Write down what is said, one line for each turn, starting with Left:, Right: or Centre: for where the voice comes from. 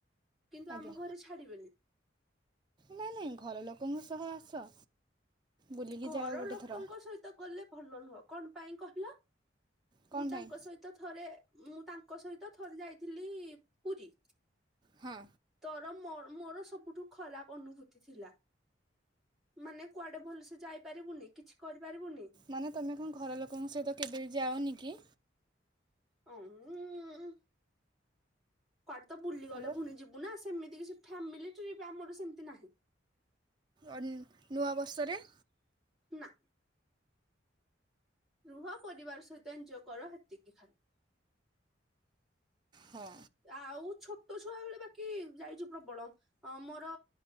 Centre: କିନ୍ତୁ
Right: ଆଜ୍ଞା
Centre: ଆମ ଘରେ ଛାଡିବେନି।
Right: ନାଇଁ ନାଇଁ ଘର ଲୋକଙ୍କ ସହ ଆସ। ବୁଲିକି
Centre: ଘର
Right: ଯାଅ ଗୋଟେ
Centre: ଲୋକଙ୍କ
Right: ଥର
Centre: ସହିତ ଗଲେ ଭଲ ନୁହଁ କଣ ପାଇଁ କହିଲ
Right: କଣ
Centre: ମୁଁ ତାଙ୍କ
Right: ପାଇଁ
Centre: ସହିତ ତ ଥରେ ମୁଁ ତାଙ୍କ ସହିତ ଥରେ ଯାଇଥିଲି ପୁରୀ।
Right: ହଁ।
Centre: ତୋରୋ ମୋ ମୋର ସବୁଠୁ ଖରାପ ଅନୁଭୂତି ଥିଲା। ମାନେ କୁଆଡେ ଭଲସେ ଯାଇପାରିବୁନି। କିଛି କରିପାରିବୁନି।
Right: ମାନେ ତମେ କଣ ଘର ଲୋକଙ୍କ ସହିତ କେବେ ବି ଯାଅନି କି?
Centre: ଅ ଉଁ କୁଆଡେ ତ ବୁଲିଗଲେ
Right: ହ୍ୟାଲୋ
Centre: ପୁଣି ଯିବୁ ନା ସେମିତି କିଛି ଫ୍ୟାମିଲିି ଟ୍ରିପ୍ ଆମର ସେମିତି ନାହିଁ।
Right: ଅନ୍ ନୂଆବର୍ଷରେ।
Centre: ନା ରୁହ ପରିବାର ସହିତ ଏଞ୍ଜୟ୍ କର ହେତିକି ଖାଲି।
Right: ହଁ
Centre: ଆଉ ଛୋଟ ଛୁଆ ବେଳେ ବାକି ଯାଇଛୁ ପ୍ରବଳ। ଅ ମୋର